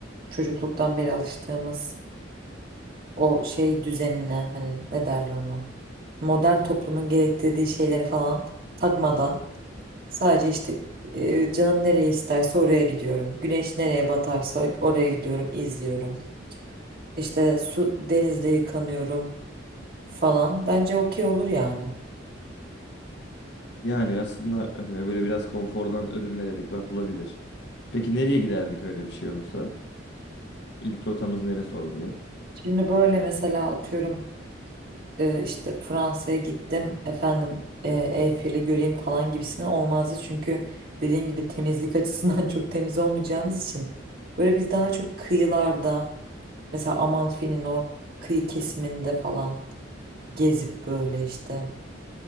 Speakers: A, on the right; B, on the left.
A: çocukluktan beri alıştığımız o şey düzenine hani ne derler ona modern toplumun gerektirdiği şeyleri falan takmadan Sadece işte e, canım nereye isterse oraya gidiyorum. Güneş nereye batarsa oraya gidiyorum, izliyorum. İşte su denizde yıkanıyorum falan. Bence okey olur yani.
B: Yani aslında e, böyle biraz konfordan ödün vererek yapılabilir. Peki nereye giderdik öyle bir şey olursa? İlk rotamız neresi olurdu?
A: Şimdi böyle mesela atıyorum e, işte Fransa'ya gittim efendim e, Eyfel'i göreyim falan gibisine olmazdı. Çünkü dediğin gibi temizlik açısından <laughs> çok temiz olmayacağımız için böyle biz daha çok kıyılarda mesela Amalfi'nin o kıyı kesiminde falan gezip böyle işte.